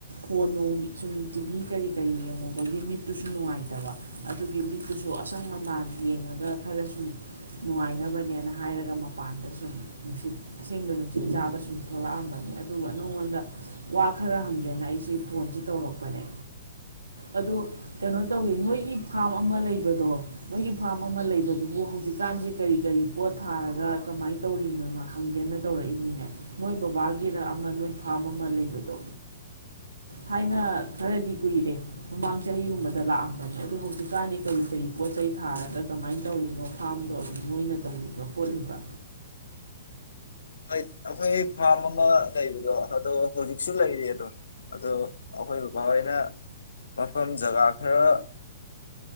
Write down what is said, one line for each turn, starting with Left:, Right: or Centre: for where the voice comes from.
Right: ꯐꯣꯟꯣꯡ ꯁꯨꯝ ꯇꯤꯚꯤ ꯀꯔꯤ ꯀꯔꯤ ꯌꯦꯡꯉꯨꯕꯒꯤ ꯃꯤꯠꯇꯨꯁꯨ ꯅꯨꯡꯉꯥꯏꯇꯕ ꯑꯗꯨꯒꯤ ꯃꯤꯠꯇꯨꯁꯨ ꯑꯁꯪ ꯑꯃꯥꯟ ꯌꯦꯡꯉꯒ ꯈꯔ ꯁꯨꯝ ꯅꯨꯡꯉꯥꯏꯅꯕꯅꯦꯅ ꯍꯥꯏꯔꯒ ꯃꯄꯥꯟꯗ ꯁꯨꯝ ꯅꯨꯡꯁꯤꯠ ꯑꯁꯦꯡꯕ ꯅꯨꯡꯁꯤꯠ ꯆꯥꯗ ꯁꯨꯝ ꯊꯣꯛꯂꯛꯑꯝꯕꯅꯦ ꯑꯗꯨꯒ ꯅꯪꯉꯣꯟꯗ ꯋꯥ ꯈꯔ ꯍꯪ ꯒꯦꯅ ꯑꯩꯁꯤ ꯐꯣꯟꯁ ꯇꯧꯔꯛꯄꯅꯦ ꯑꯗꯨ ꯀꯩꯅꯣ ꯇꯧꯋꯤ ꯅꯣꯏꯒꯤ ꯐꯥꯔꯝ ꯑꯃ ꯂꯩꯕꯗꯣ ꯅꯣꯏꯒꯤ ꯐꯥꯔꯝ ꯑꯃ ꯂꯩꯕꯗꯨꯕꯨ ꯍꯧꯖꯤꯛꯀꯥꯟꯁꯦ ꯀꯔꯤ ꯀꯔꯤ ꯄꯣꯠ ꯊꯥꯔꯒ ꯀꯃꯥꯏꯅ ꯇꯧꯔꯤꯅꯣꯅꯣ ꯍꯪꯒꯦꯅ ꯇꯧꯔꯛꯏꯅꯤꯅꯦ ꯅꯣꯏ ꯕꯕꯥꯒꯤꯅ ꯑꯃ ꯅꯣꯏ ꯐꯥꯔꯝ ꯑꯃ ꯂꯩꯕꯗꯣ ꯍꯥꯏꯅ ꯈꯔꯗꯤ ꯀꯨꯏꯔꯦ ꯃꯃꯥꯡ ꯆꯍꯤꯒꯨꯝꯕꯗ ꯂꯥꯛꯑꯝꯕꯅꯦ ꯑꯗꯨ ꯍꯧꯖꯤꯛꯀꯥꯟꯗꯤ ꯀꯔꯤ ꯀꯔꯤ ꯄꯣꯠ ꯆꯩ ꯊꯥꯔꯒ ꯀꯃꯥꯏꯅ ꯇꯧꯔꯤꯅꯣ ꯐꯥꯝꯗꯣ ꯑꯗꯨꯝ ꯅꯣꯏꯅ ꯇꯧꯔꯤꯕ꯭ꯔꯥ ꯈꯣꯠꯂꯤꯕ꯭ꯔꯥ
Left: ꯍꯣꯏ ꯑꯩꯈꯣꯏ ꯐꯥꯔꯝ ꯑꯃ ꯂꯩꯕꯗꯣ ꯑꯗꯣ ꯍꯧꯖꯤꯛꯁꯨ ꯂꯩꯔꯤ ꯑꯗꯣ ꯑꯣ ꯑꯩꯈꯣꯏ ꯕꯕꯥꯍꯣꯏꯅ ꯃꯐꯝ ꯖꯒꯥ ꯈꯔ